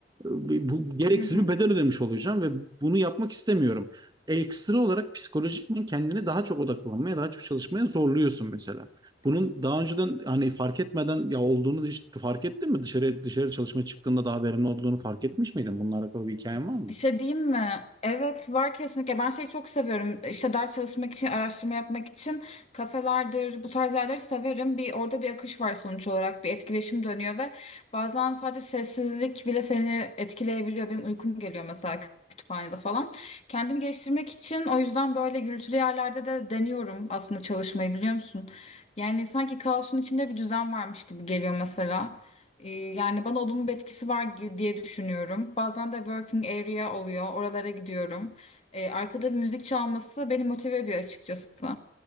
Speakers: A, on the right; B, on the left.
A: e, bu gereksiz
B: Hı hı.
A: bir bedel ödemiş olacağım ve bunu yapmak istemiyorum. Ekstra olarak psikolojikmen kendini daha çok odaklanmaya, daha çok çalışmaya zorluyorsun mesela. Bunun daha önceden hani fark etmeden ya olduğunu hiç fark ettin mi? Dışarı dışarı çalışmaya çıktığında daha verimli olduğunu fark etmiş miydin? Bununla alakalı bir hikayen var mı?
B: Bir şey diyeyim mi? Evet var kesinlikle. Ben şeyi çok seviyorum. İşte ders çalışmak için, araştırma yapmak için kafelerdir, bu tarz yerleri severim. Bir orada bir akış var sonuç olarak. Bir etkileşim dönüyor ve bazen sadece sessizlik bile seni etkileyebiliyor. Benim uykum geliyor mesela kütüphanede falan. Kendimi geliştirmek için o yüzden böyle gürültülü yerlerde de deniyorum aslında çalışmayı biliyor musun? Yani sanki kaosun içinde bir düzen varmış gibi geliyor mesela. Ee, Yani bana olumlu bir etkisi var gi- diye düşünüyorum. Bazen de working area oluyor. Oralara gidiyorum. Ee, arkada bir müzik çalması beni motive ediyor açıkçası.